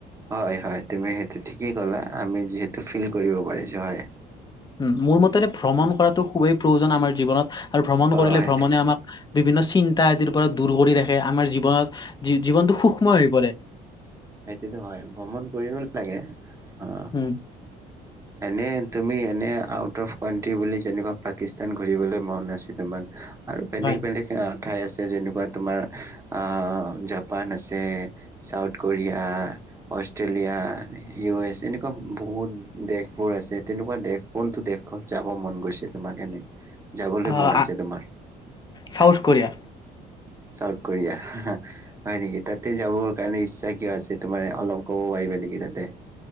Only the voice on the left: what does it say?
উ মোৰ মতেৰে ভ্ৰমণ কৰাটো খুবেই প্ৰয়োজন আমাৰ জীৱনত আৰু ভ্ৰমণ কৰিলে
ভ্ৰমণে আমাক বিভিন্ন চিন্তা আদিৰ পৰা দূৰ কৰি ৰাখে আমাৰ জীৱনত জীৱনটো সূক্ষ্ম হৈ পৰে
উম
হয়
আহ
চাউথ কোৰিয়া